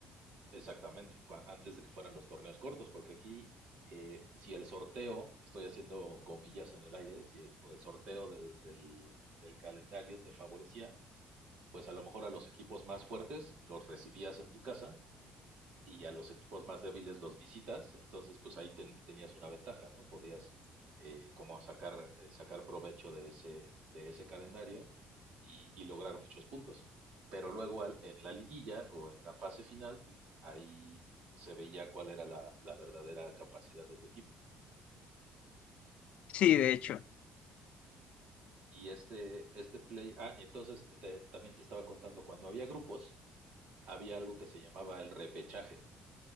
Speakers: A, on the right; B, on the left.
A: Exactamente, cua- antes de que fueran los torneos cortos, porque aquí, eh, si el sorteo, estoy haciendo comillas en el aire, si el, o el sorteo del, del- del calendario te favorecía, pues a lo mejor a los equipos más fuertes los recibías en tu casa y a los equipos más débiles los visitas, entonces pues ahí ten- tenías una ventaja, ¿no? Podías eh, como sacar, eh, sacar provecho de ese, de ese calendario y, y lograr muchos puntos. Pero luego al- en la liguilla o en la fase final, ahí se veía cuál era la, la verdadera capacidad de tu equipo.
B: Sí, de hecho.
A: Y este, este play, ah, y entonces te- también te estaba contando, cuando había grupos, había algo que se llamaba el repechaje.